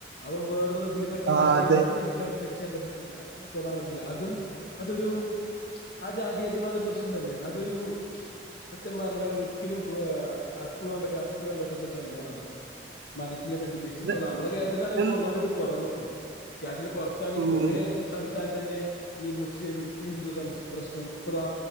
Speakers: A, on the left (about 60°); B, on the right (about 75°).
A: അവൻ വേറൊരു ഇതിൽ പെട്ട
B: ആ
A: ജാതി
B: അതെ
A: ആയുകൊണ്ട് എനിക്ക് അയാളെ ടെച്ച് ചെയ്യാൻ പറ്റത്തില്ല തൊടാൻ പറ്റ തും അതൊരു ആ ജാതിഒരുമാതിരി പ്രശ്നംഉണ്ടാവില്ലേ അതൊരു. സത്യം പറഞ്ഞ ഒരിക്കലും പോ ആ. പോവാൻപറ്റ അപ്പുറാൻ പറ്റാത്ത ഒരു സംഭവമാണ് അത് മത തിനെ പറ്റി ഇ
B: ഇത്
A: നമ്മുടെ കേരളത്തിലാണ്
B: ഇതും
A: ഇപ്പോ ഒന്നാമത് ഇത് കുറവ്ട്ടോ? കസിൻ. പൊറത്താണ്
B: ഉം
A: കുറെ തന്നെ ഈ മുസ്ലിം ഹിന്ദു സം പ്രശ്നം ഇപ്പതാ